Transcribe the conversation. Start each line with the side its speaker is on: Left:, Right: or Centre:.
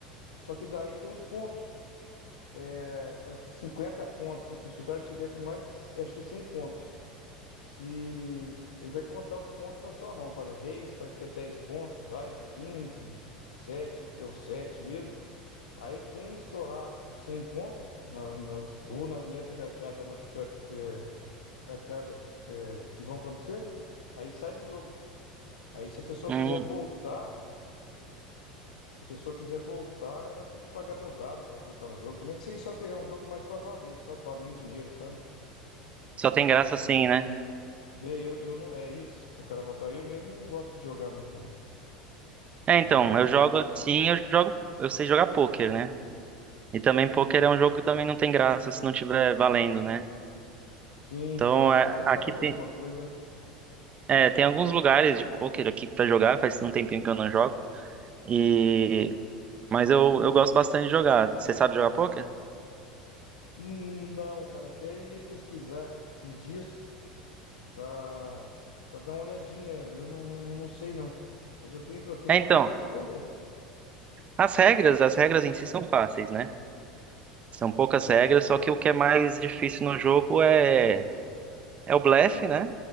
Left: Só que daí tem os pontos. É, parece que 50 pontos. Se o se o cara tiver com mais. Acho que é 100 pontos. Se ele vai contar os pontos na sua mão, para reis, parece que é 10 pontos, ás 15 7 é o 7 mesmo. Aí quem estourar os 100 pontos na- nas- ou na- nessa carteada ou nas car- eh, carteadas eh, que vão acontecer, aí sai do jogo. Aí se a pessoa
Right: Hum.
Left: quiser voltar, se a pessoa quiser voltar, ela tem que pagar dobrada para voltar no jogo. Também sei só que é um jogo mais para valer, sabe? Valendo dinheiro, sabe?
Right: Só tem graça assim, né?
Left: É, eu, eu não, é isso, pro cara voltar. Eu mesmo não gosto de jogar muito, não.
Right: É,
Left: Ele
Right: então,
Left: não.
Right: eu jogo assim, eu jogo, eu sei jogar pôquer, né? E também pôquer é um jogo que também não tem graça se não tiver valendo, né?
Left: Sim,
Right: Então,
Left: não,
Right: é,
Left: não, tem
Right: aqui
Left: que estar valendo
Right: tem,
Left: alguma coisa, né?
Right: é, tem alguns lugares de pôquer aqui pra jogar, faz um tempinho que eu não jogo. E mas eu, eu gosto bastante de jogar. Você sabe jogar poker?
Left: Hum, Não, cara, até eu ia pesquisar esses dias pra, pra dar uma olhadinha. Eu não, não, não sei, não. Mas eu tenho, eu tenho
Right: É, então,
Left: vontade de aprender.
Right: as regras, as regras em si são fáceis, né? São poucas regras, só que o que é mais difícil no jogo é é o blefe, né?